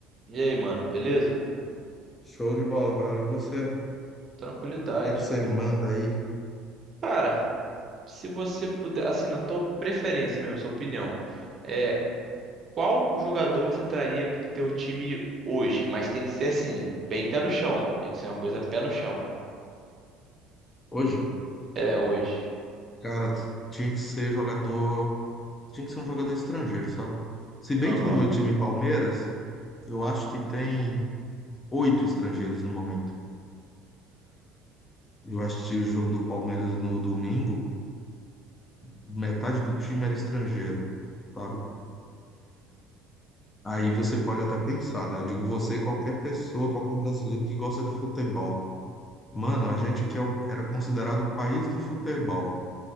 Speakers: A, on the right (about 40°); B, on the left (about 25°).
A: E aí, mano, beleza?
B: Show de bola, velho. E você, o
A: Tranquilidade.
B: que é que você manda aí?
A: Cara, se você puder, assim, na tua preferência mesmo, sua opinião, é, qual jogador você traria pro teu time hoje? Mas tem que ser assim, bem pé no chão. Tem que ser uma coisa pé no chão.
B: Hoje,
A: É, hoje.
B: cara, t- tinha que ser jogador, tinha que ser um jogador estrangeiro, sabe? Se bem
A: Aham.
B: que no meu time Palmeiras, eu acho que tem oito estrangeiros no momento. Eu assisti o jogo do Palmeiras no domingo, metade do time era estrangeiro, sabe? Aí você pode até pensar, né? Eu digo você, e qualquer pessoa, qualquer brasileiro que gosta de futebol. Mano, a gente aqui é o- era considerado o país do futebol.